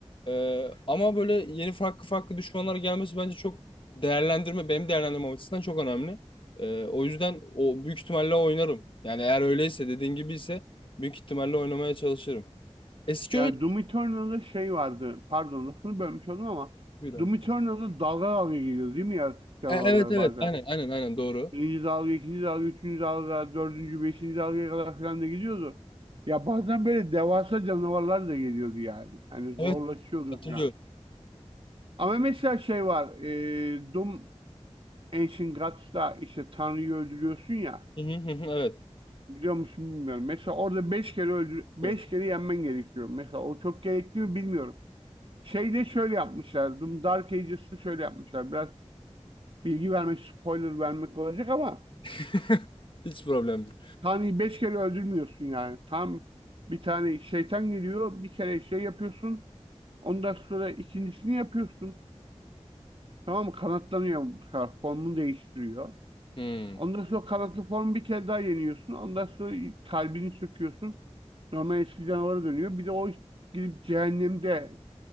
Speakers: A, on the left; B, on the right.
A: Ee, ama böyle yeni farklı farklı düşmanlar gelmesi bence çok değerlendirme, benim değerlendirmem açısından çok önemli. Ee, o yüzden o büyük ihtimalle oynarım. Yani eğer öyleyse dediğin gibi ise büyük ihtimalle oynamaya çalışırım. Eski
B: Yani
A: oyun...
B: Doom Eternal'da şey vardı. Pardon lafını bölmüş oldum ama
A: buyur abi.
B: Doom Eternal'da dalga dalga geliyor değil mi yaratık canavarlar
A: E, evet evet
B: bazen?
A: aynen aynen aynen doğru.
B: Birinci dalga, ikinci dalga, üçüncü dalga, dördüncü, beşinci dalgaya kadar falan da gidiyordu. Ya bazen böyle devasa canavarlar da geliyordu yani. Hani zorlaşıyordu
A: Evet hatırlıyorum.
B: falan. Ama mesela şey var. E, Doom Ancient Gods'ta işte Tanrı'yı öldürüyorsun ya.
A: Hı hı hı hı, Evet.
B: Biliyor musun bilmiyorum. Mesela orada beş kere öldür beş
A: Diyorum.
B: kere yenmen gerekiyor. Mesela o çok gerekli mi bilmiyorum. Şeyde şöyle yapmışlar. Doom Dark Ages'ta şöyle yapmışlar. Biraz bilgi vermek, spoiler vermek olacak ama
A: <laughs> Hiç problem değil.
B: Tanrı'yı beş kere öldürmüyorsun yani. Tam bir tane şeytan geliyor, bir kere şey yapıyorsun. Ondan sonra ikincisini yapıyorsun. Tamam mı? Kanatlanıyor bu sefer. Formunu değiştiriyor.
A: Hmm.
B: Ondan sonra kanatlı formu bir kere daha yeniyorsun. Ondan sonra kalbini söküyorsun. Normal eski canavara dönüyor. Bir de o gidip cehennemde,